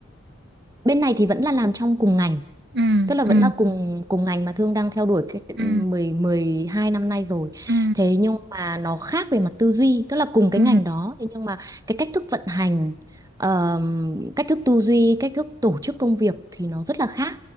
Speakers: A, on the right; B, on the right.
A: bên này thì vẫn là làm trong cùng ngành
B: Ừ
A: tức là
B: ừ
A: vẫn là cùng cùng ngành mà Thương đang theo đuổi cái
B: ừ
A: 10 12 năm nay rồi.
B: ừ
A: Thế nhưng mà nó khác về mặt tư duy, tức là cùng cái
B: ừ
A: ngành đó, thế nhưng mà cái cách thức vận hành, ờm, cách thức tư duy, cách thức tổ chức công việc thì nó rất là khác